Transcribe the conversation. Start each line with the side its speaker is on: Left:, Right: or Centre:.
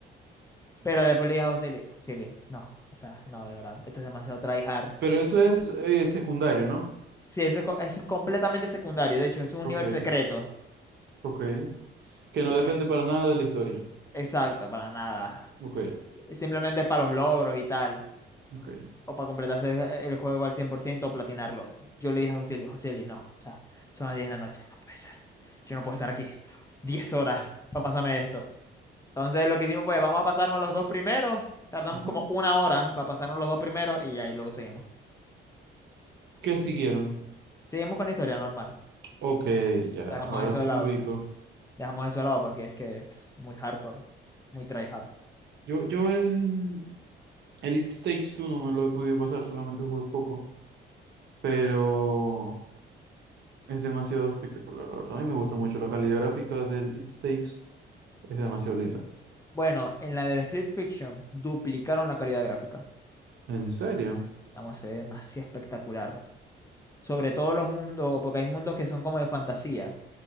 Left: Pero después le dije a José, Luis, "José Luis, no, o sea, no, de verdad, esto es demasiado tryhard.
Right: Pero eso es eh, secundario, ¿no?
Left: Sí, eso, es co- eso es completamente secundario. De hecho, es un universo
Right: Ok,
Left: secreto.
Right: ok. Que no
Left: Y-
Right: depende para nada de la historia.
Left: Exacto, para nada.
Right: Ok,
Left: Simplemente es para los logros y tal.
Right: ok.
Left: o para completarse el el juego al 100% o platinarlo. Yo le dije a Joseli, Joseli, no, o sea, son las 10 de la noche, no puede ser. Yo no puedo estar aquí 10 horas para pasarme esto. Entonces lo que hicimos fue, vamos a pasarnos los dos primeros, tardamos
Right: Ujú.
Left: como una hora para pasarnos los dos primeros y ahí luego seguimos.
Right: ¿Qué siguieron?
Left: Seguimos con la historia normal.
Right: Ok, ya,
Left: Dejamos
Right: ahora
Left: eso
Right: sí
Left: de lado,
Right: me ubico.
Left: dejamos eso de lado porque es que es muy hardcore, muy tryhard.
Right: Yo, yo el, el It Takes Two no me lo he podido pasar, solamente jugué poco. Pero. Es demasiado espectacular, la verdad. A mí me gusta mucho la calidad gráfica del It Takes. Es demasiado linda.
Left: Bueno, en la del Split Fiction duplicaron la calidad gráfica.
Right: ¿En serio?
Left: Vamos, se ve demasiado espectacular. Sobre todos los mundos, porque hay mundos que son como de fantasía.